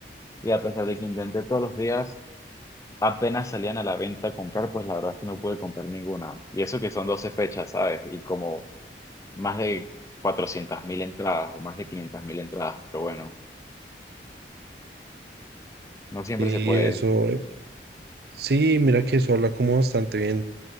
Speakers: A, on the left; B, on the right.
A: y a pesar de que intenté todos los días, apenas salían a la venta a comprar, pues la verdad es que no pude comprar ninguna. Y eso que son 12 fechas, ¿sabes? Y como más de cuatrocientas mil entradas o más de quinientas mil entradas, pero bueno, no siempre
B: Y
A: se puede.
B: eso, eh, sí, mira que eso habla como bastante bien